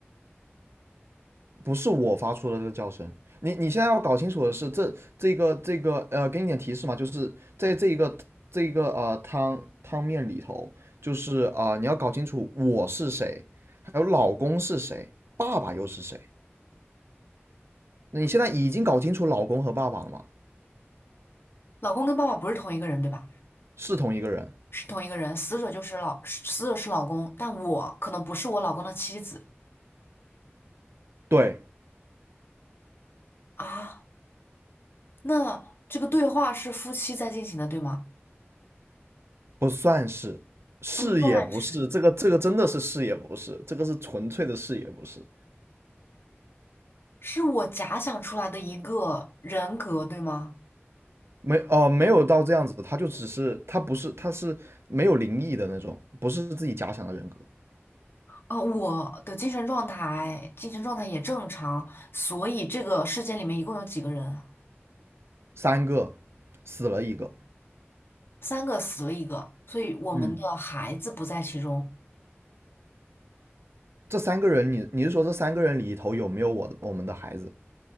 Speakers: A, on the right; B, on the left.
A: 不是我发出的这个叫声。你你现在要搞清楚的是，这这个这个呃，给你点提示嘛，就是在这一个这一个呃汤汤面里头，就是啊、呃你要搞清楚我是谁，还有老公是谁，爸爸又是谁。那你现在已经搞清楚老公和爸爸了吗？
B: 老公跟爸爸不是同一个人，对吧？
A: 是同一个人。
B: 是同一个人，死者就是老，死者是老公，但我可能不是我老公的妻子
A: 对，
B: 啊。那这个对话是夫妻在进行的，对吗？
A: 不算是，是也不是，
B: 不算是，
A: 这个这个真的是是也不是，这个是纯粹的是也不是，
B: 是我假想出来的一个人格，对吗？
A: 没哦、没有到这样子，他就只是他不是他是没有灵异的那种，不是自己假想的人格，
B: 呃，我的精神状态，精神状态也正常，所以这个事件里面一共有几个人啊？
A: 三个死了一个，
B: 三个死了一个，所以我们的孩子不在其中。
A: 嗯，这三个人你你是说这三个人里头有没有我的我们的孩子？